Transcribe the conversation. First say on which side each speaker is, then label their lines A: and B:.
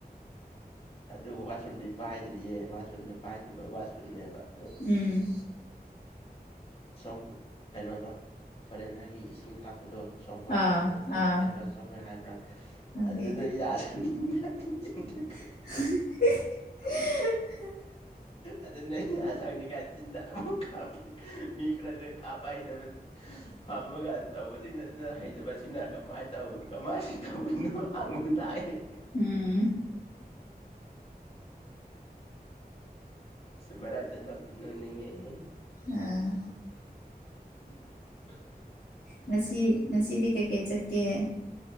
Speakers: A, on the left (about 35°); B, on the left (about 60°).
A: ꯑꯗꯨ ꯋꯥꯁꯔꯨꯝꯗꯤ ꯄꯥꯏꯗ꯭ꯔꯤꯌꯦ ꯋꯥꯁꯔꯨꯝꯗꯣ ꯄꯥꯏꯗꯕ ꯋꯥꯁꯔꯨꯝꯅꯦꯕ ꯑꯣ
B: ꯎꯝ
A: ꯁꯣ ꯀꯩꯅꯣꯗꯣ ꯐꯣꯔꯦꯟꯅꯔꯒꯤ ꯏꯁꯤꯡ ꯀꯥꯞ ꯁꯣꯐ
B: ꯑꯥ
A: ꯋꯥꯁ
B: ꯑꯥ
A: ꯍꯥꯏꯕ꯭ꯔꯥ ꯁꯣꯐꯋꯦꯔ ꯍꯥꯏꯕ꯭ꯔꯥ
B: ꯈꯪꯗꯦ
A: ꯑꯗꯨꯅ ꯌꯥ <unintelligible>
B: <inaudible>
A: ꯑꯗ ꯅ ꯑ ꯁꯪꯅꯤ ꯀꯥꯏꯆꯤꯟꯖꯃ ꯀꯥꯄꯦ ꯃꯤ ꯈꯔ꯭ꯁꯦ ꯀꯥꯄꯥ ꯍꯥꯏꯗ
B: <inaudible>
A: ꯐꯝꯃꯒ ꯇꯧꯕꯁꯤꯡꯅ ꯍꯩꯖꯕꯁꯤꯅ ꯀꯃꯥꯏꯅ ꯇꯧꯕꯅꯣ ꯀꯃꯥꯏ ꯇꯧꯕꯅꯣ <unintelligible>
B: ꯎꯝ
A: ꯁꯤꯃꯔ ꯅꯣꯛꯇꯤ ꯅꯣꯛꯅꯤꯡꯉꯦꯍꯦ ꯫
B: ꯑꯥ
A: <unintelligible>
B: ꯉꯁꯤ ꯉꯁꯤꯗꯤ ꯀꯩꯀꯩ ꯆꯠꯀꯦ